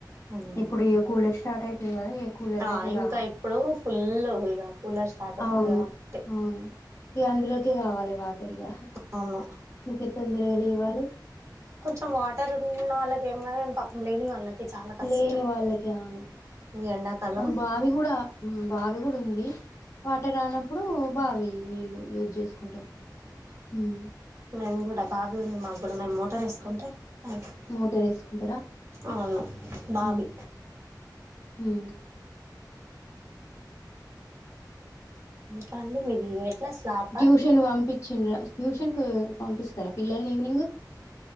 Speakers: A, on the right; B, on the left.
A: ఉమ్
B: ఇప్పుడు ఈ కూలీ స్టార్ట్ అయితుంది కదా కూలల
A: ఆ
B: కా
A: ఇంకా ఇప్పుడు ఫుల్ ఇగ కూలర్ స్టార్ట్ అయితది
B: అవును
A: కాబట్టి
B: అవును ఇక అందులోకి కావాలి వాటరిగా
A: అవును
B: మీకే తొందరగాలి ఇవ్వాలి
A: కొంచెం వాటర్ ఉన్న వాళ్ళకి ఏమని పపం లేని వాళ్ళకి చాలా కష్టం
B: లేను వాళ్ళకి అవును
A: ఈ ఎండాకాలం
B: మాకు బావి కూడా బావి కూడా ఉంది వాట రానప్పుడు బావి నీళ్ళు యూజ్ చేసుకుంటాం ఉమ్
A: మేము కూడా బావి ఉంది మాకు ఇప్పుడు మేము మోటర్ వేసుకుంటే అయిపో
B: మోటార్ వేసుకుంటారా
A: అవును బావి
B: హ
A: కండన్లు మీది ఎట్లా స్లాపా
B: ట్యూషన్ పంపించిండరా ట్యూషన్ కు పంపిస్తారా పిల్లల్ని ఈవినింగ్